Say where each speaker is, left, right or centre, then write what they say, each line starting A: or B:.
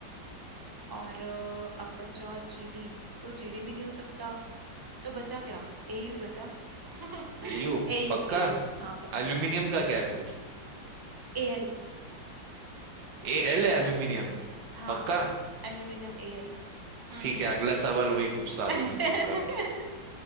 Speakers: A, on the right (about 25°); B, on the right (about 80°).
A: और अ, अब बचा जीडी तो जीडी भी नहीं हो सकता तो बचा क्या एयू बचा <laughs>
B: A U
A: एयू
B: पक्का
A: एयू हाँ पक्का
B: एल्यूमिनियम का क्या है फिर
A: एल
B: ए एल है एल्यूमिनियम
A: हाँ
B: पक्का
A: एल्यूमिनियम एल हम्म
B: ठीक है अगला सवाल वही पूछता हूँ,
A: <laughs>
B: एल्यूमिनियम का